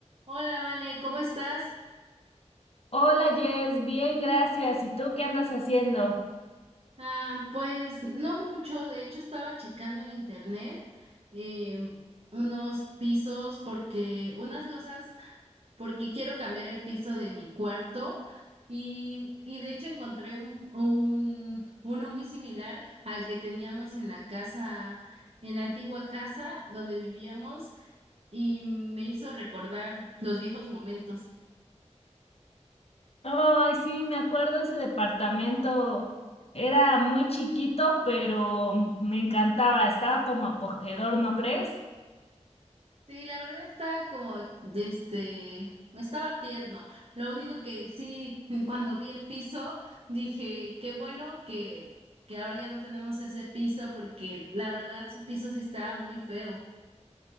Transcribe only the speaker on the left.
Hola Jess, bien, gracias. ¿Y tú qué andas haciendo?
Ay, sí, me acuerdo ese departamento. Era muy chiquito, pero me encantaba. Estaba como acogedor, ¿no crees?